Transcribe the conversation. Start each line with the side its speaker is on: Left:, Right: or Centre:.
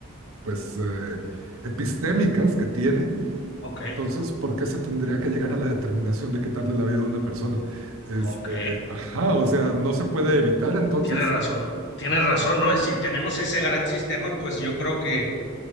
Right: pues eh, epistémicas que tiene,
Left: ok,
Right: entonces, ¿por qué se tendría que llegar a la determinación de quitarle la vida a una persona? Este,
Left: ok.
Right: ajá, o sea, ¿no se puede evitar entonces?
Left: Tienes razón, tienes
Right: Ajá,
Left: razón, ¿no? Y si tenemos ese gran sistema, pues yo creo que